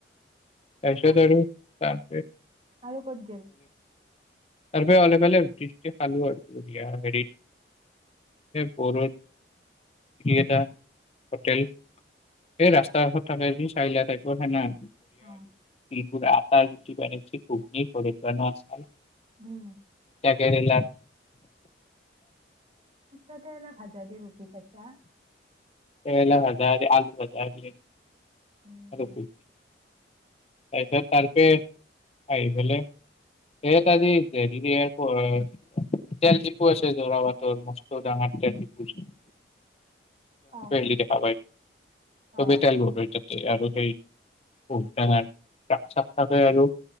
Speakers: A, on the left (about 35°); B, on the right (about 35°).
A: তাৰ পিছত
B: তো
A: আৰু তপ
B: আৰু ক'ত
A: তাৰ পৰা অলপফালে দৃষ্টি খালো আৰুঢ়িয় হেৰিত বত এটা হোটেল সেই ৰাস্তাৰ ঘ কি চাই আহিলা ইপোৰ হয়ে নাই
B: অ
A: এইপ আটাৰি প ক ঘ আচ <unintelligible>
B: উম
A: কেৰেলা।
B: তিতা কেৰেলা ভাজা দি ৰুটি খাইছা
A: কেৰেলা, ভাজাৰ আলু, ভাজাৰ
B: উম
A: আৰু তাৰ <unintelligible> তপে আহি পলে এই ত আজি হেৰি তেল ডিপু আছে যৰা বাটৰ মস্ত ডাঙৰ তেল ডিপু
B: অ,
A: ৰিলি দেখাপাই ত
B: অ,
A: বেটেল আৰু এই উটাৰ চব থাকে আৰু